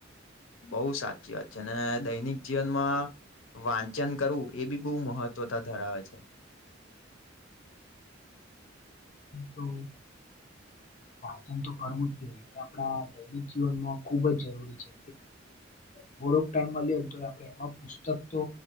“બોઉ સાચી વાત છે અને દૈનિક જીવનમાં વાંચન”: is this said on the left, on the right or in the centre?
Left